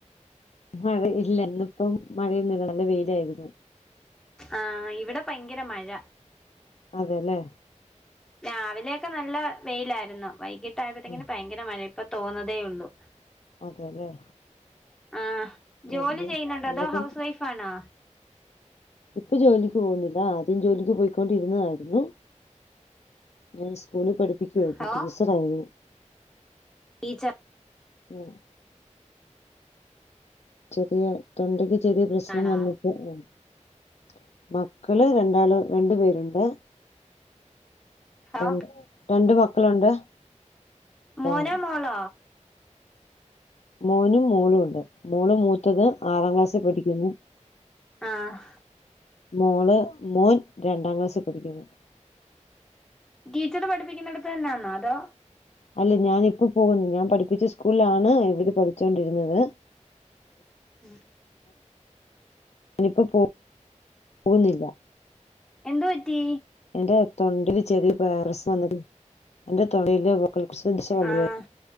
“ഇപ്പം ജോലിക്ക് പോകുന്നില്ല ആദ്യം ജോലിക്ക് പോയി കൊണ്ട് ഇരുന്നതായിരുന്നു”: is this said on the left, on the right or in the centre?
Left